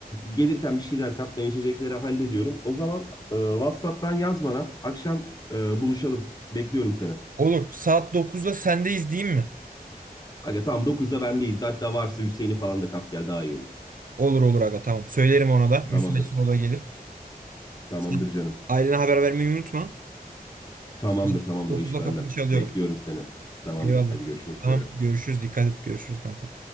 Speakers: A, on the left; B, on the right.
A: gelirken bir şeyler kap ben içecekleri hallediyorum. O zaman e, WhatsApp'tan yaz bana. Akşam e, buluşalım. Bekliyorum seni.
B: Olur. Saat 9'da sendeyiz değil mi?
A: Aga tamam 9'da bendeyiz. Hatta varsa Hüseyin'i falan da kap gel daha iyi olur.
B: Olur olur aga tamam. Söylerim ona da. Müsaitse
A: Tamamdır.
B: o da gelir.
A: Tamamdır
B: Sen
A: canım.
B: ailene haber vermeyi unutma.
A: Tamamdır,
B: Saat
A: tamamdır.
B: 9'da
A: O iş bende.
B: kapını çalıyorum.
A: Bekliyorum seni. Tamamdır.
B: Eyvallah.
A: Hadi görüşmek
B: Tamam
A: üzere.
B: görüşürüz. Dikkat et. Görüşürüz kanka.